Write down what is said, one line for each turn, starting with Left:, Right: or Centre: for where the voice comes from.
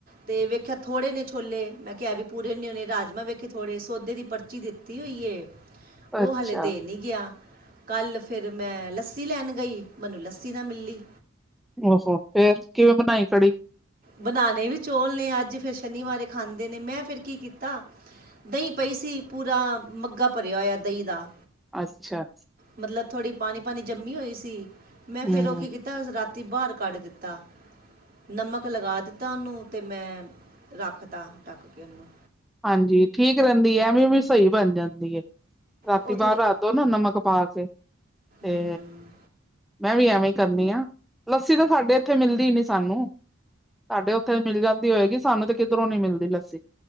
Right: ਤੇ ਵੇਖਿਆ ਥੋੜ੍ਹੇ ਨੇ ਛੋਲੇ ਮੈਂ ਕਿਹਾ ਏਹ ਵੀ ਪੂਰੇ ਨ ਹੇ ਰਾਜਮਾਂ ਵੇਖੇ ਥੋੜੇ ਸੌਦੇ ਦੀ ਪਰਚੀ ਦਿੱਤੀ ਹੋਈ ਏ। ਉਹ
Centre: ਅੱਛਾ
Right: ਹਾਲੇ ਦੇ ਨੀ, ਗਿਆ ਕੱਲ ਫਿਰ ਮੈਂ ਲੱਸੀ ਲੈਣ ਗਈ ਮੈਨੂੰ ਲੱਸੀ ਨਾ ਮਿਲੀ,
Centre: ਓ ਹੋ ਫਿਰ ਕਿਵੇਂ ਬਣਾਈ ਨਹੀਂ ਕੜੀ,
Right: ਬਣਾਨੇ ਵੀ ਚੋਲ ਨੇ ਅੱਜ ਫਿਰ ਸ਼ਨੀਵਾਰ ਖਾਂਦੇ ਨੇ ਮੈਂ ਫੇਰ ਕੀ ਕੀਤਾ। ਦਹੀਂ ਪਈ ਸੀ ਪੂਰਾ ਮੱਗਾ ਭਰਿਆ ਹੋਇਆ ਦਹੀਂ ਦਾ,
Centre: ਅੱਛਾ।
Right: ਮਤਲਬ ਥੋੜ੍ਹੀ ਪਾਣੀ-ਪਾਣੀ ਜੰਮੀ ਹੋਈ ਸੀ ਮੈਂ
Centre: ਹੂੰ
Right: ਫੇਰ ਉਹ ਕੀ ਕੀਤਾ ਤ ਰਾਤੀ ਬਾਹਰ ਕੱਢ ਦਿੱਤਾ, ਨਮਕ ਲਗਾ ਦਿੱਤਾ ਉਹਨੂੰ ਤੇ ਮੈਂ ਰੱਖ ਤਾ ਟਢੱਕ ਕੇ ਉਹਨੂੰ।
Centre: ਹਾਂਜੀ ਠੀਕ ਰਹਿੰਦੀ ਹੈ ਐਵੇਂ ਵੀ ਸਹੀ ਬਣ ਜਾਂਦੀ ਹੈ, ਰਾਤੀ
Right: ਉਹ ਥੋੜ੍ਹੀ
Centre: ਬਾਹਰ ਰਾ ਦੋਨਾਂ ਨਮਕ ਪਾ ਕੇ, ਤੇ
Right: ਹੂੰ
Centre: ਮੈਂ ਵੀ ਐਵੇਂ ਈ ਕਰਨੀ ਆਂ, ਲੱਸੀ ਤਾਂ ਸਾਡੇ ਏਥੇ ਮਿਲਦੀ ਨੀ ਸਾਨੂੰ। ਸਾਡੇ ਓਥੇ ਮਿਲ ਜਾਂਦੀ ਹੋਏਗੀ ਸਾਨੂੰ ਤੇ ਕਿਦਰੋਂ ਨੀ ਮਿਲਦੀ ਲੱਸੀ।